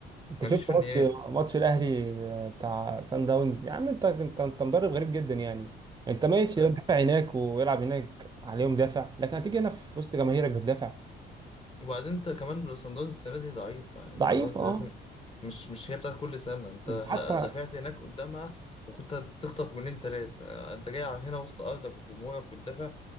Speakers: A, on the right (about 20°); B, on the left (about 30°).
A: انت
B: ما
A: شفت
B: فيش فنيات
A: ماتش ماتش الاهلي بتاع سان داونز يا عم انت انت انت مدرب غريب جدا يعني انت ماشي
B: أه،
A: لا تدافع هناك ويلعب هناك عليهم دافع لكن هتيجي هنا في وسط جماهيرك بتدافع
B: وبعدين انت كمان صن داونز السنه دي ضعيف يعني
A: ضعيف
B: صن داونز
A: اه
B: السنه دي مش مش هي بتاعت كل سنه انت ه-
A: حتى
B: دافعت هناك قدامها وكنت تخطف جونين ثلاثه انت جاي على هنا وسط ارضك وجمهورك وتدافع